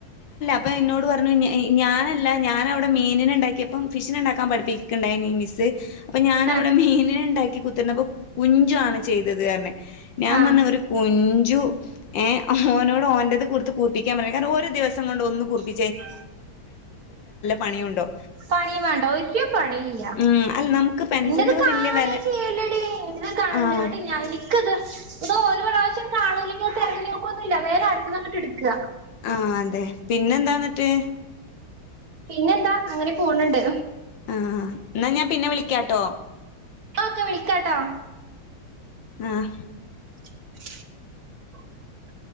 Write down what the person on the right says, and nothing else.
ആ
ആ
<unintelligible> ആ
പണിമാണ്ട ഒരു പണിയില്ല
ന്റെത്
കാണേ
ചെയ്യലെടി ന്തിനാ കാണല
ന്നട്ട് നിക്കത് ഇത് ഒരു പ്രാവശ്യം കാണൂില്ലെങ്കിൽ തെരഞ്ഞു നോക്കുന്നുല്ല വേറെ അടുത്ത് വന്നിട്ട് എട്ക്ക.
പിന്നെന്താ അങ്ങനെ പോണണ്ട്.
ഓകെ വിളി ക്കാട്ടോ
<unintelligible>